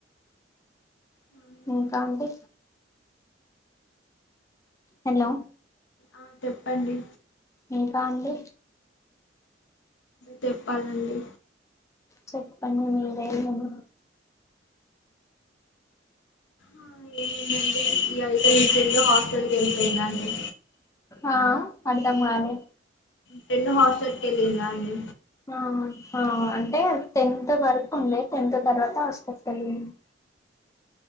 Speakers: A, on the left; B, on the left.
A: అవునండి
B: ఇంక అండి హలో
A: ఆ చెప్పండి
B: ఇంకా అండి
A: చెప్పాలండి
B: చెప్పండి మీరే ఏదైనా
A: ఆ ఏం ఉందండి ఈ ఐదు <unintelligible> హాస్టల్ కెళ్ళిపోయిన అండి
B: ఆ అర్థంగాలే
A: ఫ్రెండు హాస్టల్కి వెళ్ళిందా అండి
B: ఆ ఆ అంటే టెన్త్ వరకు ఉండే టెన్త్ తర్వాత హాస్టల్ కెళ్ళింది